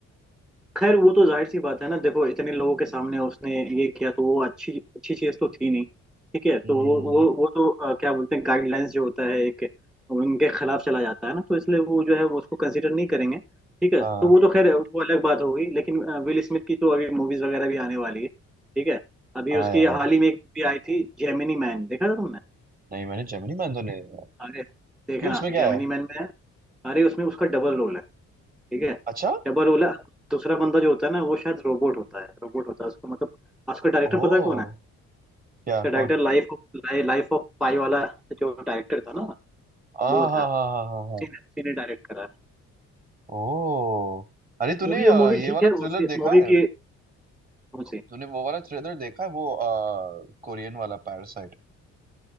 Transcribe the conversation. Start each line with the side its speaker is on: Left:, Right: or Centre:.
Centre: खैर वो तो जाहिर सी बात है ना देखो इतने लोगों के सामने उसने ये किया तो वो अच्छी अच्छी चीज तो थी नहीं ठीक है तो
Right: हम्म
Centre: वो वो वो तो अ, क्या बोलते हैं गाइडलाइंस जो होता है एक उनके खिलाफ चला जाता है ना तो इसलिए वो जो है वो उसको कंसिडर नहीं करेंगे ठीक है
Right: हाँ
Centre: तो वो तो खैर वो अलग बात होगी लेकिन अ, विल स्मिथ की तो अभी मूवीज वगैरह भी आने वाली है ठीक है अभी
Right: हाँ
Centre: उसकी
Right: यार
Centre: हाल ही में एक भी आई थी जेमिनी मैन देखा था तुमने
Right: नहीं मैंने जेमिनी मैन तो नहीं देखा।
Centre: अरे देखना
Right: क्यों उसमें क्या
Centre: जेमिनी
Right: है
Centre: मैन में है अरे उसमें उसका डबल रोल है ठीक है
Right: अच्छा
Centre: डबल ओला दूसरा बंदा जो होता है ना वो शायद रोबोट होता है रोबोट होता है उसको मतलब आज उसका डायरेक्टर
Right: ओ
Centre: पता है कौन है
Right: क्या
Centre: उसका डायरेक्टर
Right: कौन
Centre: लाइफ ऑफ लाइफ ऑफ पाई वाला जो डायरेक्टर था ना
Right: हाँ
Centre: वो
Right: हाँ
Centre: था
Right: हाँ हाँ
Centre: उसी
Right: हाँ हाँ
Centre: ने उसी ने डायरेक्ट करा है
Right: ओह अरे तूने
Centre: मूवी
Right: अ,
Centre: मूवी
Right: ये
Centre: ठीक
Right: वाला
Centre: है
Right: थ्रिलर
Centre: उसी
Right: देखा
Centre: मूवी
Right: है
Centre: की उसी
Right: तूने वो वाला थ्रिलर देखा है वो अ, कोरियन वाला पैरासाइट